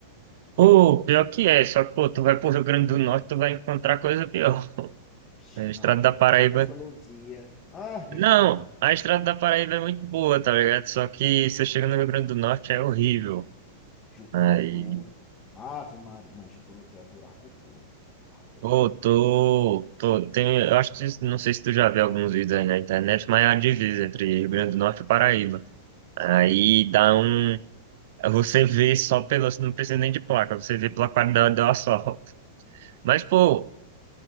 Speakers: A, on the right; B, on the left.
A: Pô, pior que é, só que, pô, tu vai pro Rio Grande do Norte, tu vai encontrar coisa pior.
B: Vixe,
A: É,
B: não,
A: A estrada
B: pô.
A: da Paraíba...
B: Santa Luzia. Ave
A: Não,
B: Maria.
A: a estrada da Paraíba é muito boa, tá ligado? Só que se você chega no Rio Grande do Norte é horrível.
B: Jucurutu.
A: Aí,
B: Ave Maria. Não, Jucurutu é buraco puro, pô. Tá doido?
A: pô, tô... tô tem, eu acho que, não sei se tu já viu alguns vídeos aí na internet, mas é a divisa entre Rio Grande do Norte e Paraíba. Aí dá um... Você vê só pelo... Não precisa nem de placa, você vê pela qualidade do asfalto. Mas, pô,